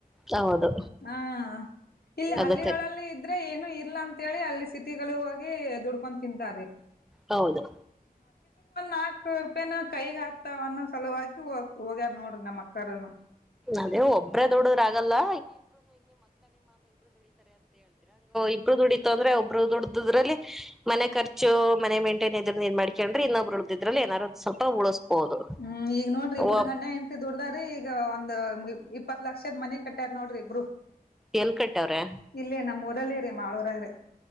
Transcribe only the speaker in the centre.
ಹೌದು
ಅದಕ್ಕೆ
ಹೌದು
ಅದೆ ಒಬೆರಾಯ್ ಧುರಿ ಧರೆ ಆಗಲಾ ಇಬ್ರು ದುಡಿತು ಅಂದ್ರೆ ಒಬ್ರು ದುಡ್ದದ್ರಲ್ಲಿ ಮನೆ ಖರ್ಚು ಮನೆ ಮೇಂಟೈನ್ ಇದ್ರ ಇದ್ ಮಾಡ್ಕೊಂಡ್ರೆ ಇನ್ನೊಬ್ರು ಉಳ್ದಿದ್ರಲ್ಲಿ ಏನಾರು ಸ್ವಲ್ಪ ಉಳಸ್ಬಹುದು
ಒಬ್
ಎಲ್ ಕಟ್ಟವ್ರೆ